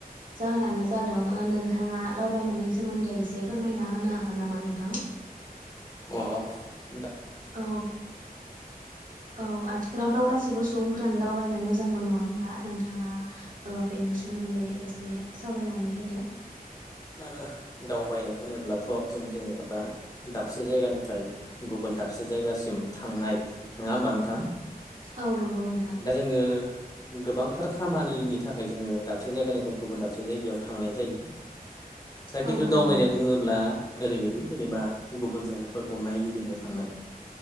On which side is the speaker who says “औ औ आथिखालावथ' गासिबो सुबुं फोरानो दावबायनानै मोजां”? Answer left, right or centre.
Right